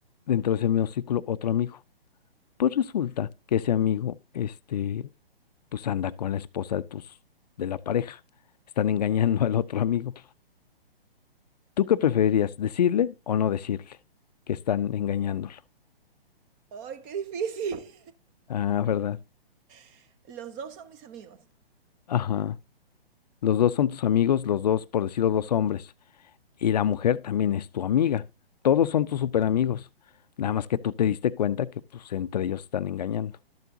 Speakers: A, on the left (about 45°); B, on the right (about 15°).
A: dentro de ese mismo círculo otro amigo? Pues resulta que ese amigo, este, pues anda con la esposa de tus, de la pareja. Están engañando <laughs> al otro amigo. ¿Tú qué preferirías, decirle o no decirle que están engañándolo?
B: ¡Ay, qué difícil!
A: Ah, ¿verdad?
B: <laughs> Los dos son mis amigos,
A: Ajá. Los dos son tus amigos, los dos, por decirlo, dos hombres. y la mujer también es tu amiga. Todos son tus super amigos. Nada más que tú te diste cuenta que pues entre ellos están engañando.